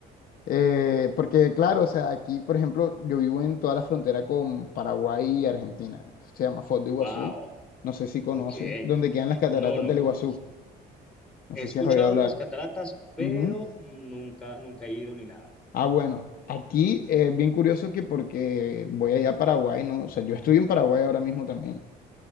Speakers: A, on the left; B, in the centre.
A: eh, porque, claro, o sea, aquí, por ejemplo, yo vivo en toda la frontera con Paraguay y Argentina. Eso se llama Foz de
B: Wow,
A: Iguazú. No sé si conoces,
B: ok.
A: donde quedan las cataratas
B: No, no
A: del
B: conozco.
A: Iguazú. No
B: He
A: sé
B: escuchado
A: si has oído hablar.
B: las cataratas, pero
A: Ujú.
B: nunca, nunca he ido ni nada.
A: Ah, bueno, aquí eh, es bien curioso que porque voy allá a Paraguay, ¿no? O sea, yo estoy en Paraguay ahora mismo también.